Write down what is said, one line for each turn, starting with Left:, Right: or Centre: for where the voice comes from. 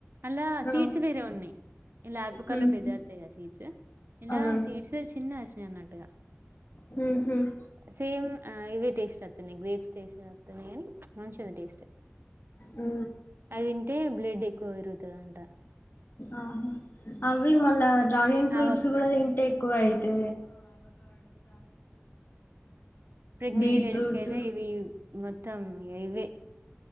Right: అల్ సీడ్స్
Left: ఆ
Right: వేరే ఉన్నయి, ఇల్లా ఆల్బుకార్లో
Left: మ్మ్
Right: పెద్దై వత్తయి కదా సీడ్స్, ఇల్లా
Left: అవును
Right: సీడ్స్ చిన్నయి వచ్చినయి అన్నట్టుగా.
Left: మ్మ్ హ్మ్
Right: సేమ్ ఆ ఇవే టేస్ట్ వత్తున్నయి గ్రేప్స్ టేస్ట్ వత్తున్నయి గానీ మంచి గుంది టేస్ట్.
Left: ఆ
Right: అవి తింటే బ్లడ్ ఎక్కువ పెరుగతది అంటా.
Left: ఆహా అవి మళ్ళా డ్రాగన్ ఫ్రూట్స్
Right: ఆవక
Left: కూడా తింటే క్కువ అయితే
Right: ప్రెగ్నెంట్
Left: బీట్రూట్
Right: లేడీస్ కైయితే ఇవి మోత్తం ఇగ యివే.